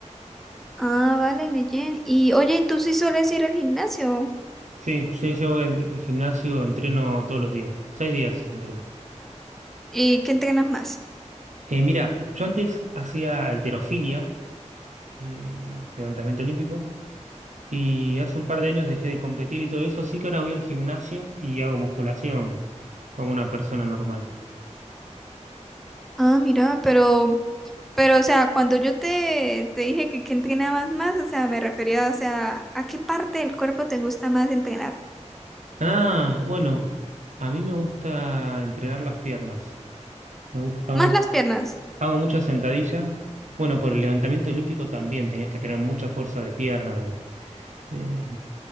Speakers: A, in the centre; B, on the right.
A: Ah, vale, Neyen. Y oye, ¿y ¿tú sí sueles ir al gimnasio?
B: Sí, yo, yo voy al gimnasio, entreno todos los días. Seis días entreno.
A: ¿Y qué entrenas más?
B: Eh, mirá, yo antes hacía halterofilia, eh, levantamiento olímpico. Y hace un par de años dejé de competir y todo eso, así que ahora voy al gimnasio y hago musculación como una persona normal.
A: Ah, mira, pero, pero, o sea, cuando yo te, te dije que qué entrenabas más, o sea, me refería, o sea, ¿a qué parte del cuerpo te gusta más entrenar?
B: Ah, bueno, a mí me gusta entrenar las piernas. Me gusta, hago,
A: ¿Más
B: mu-
A: las piernas?
B: hago muchas sentadillas. Bueno, por el levantamiento olímpico también tenés que tener mucha fuerza de pierna, de, de,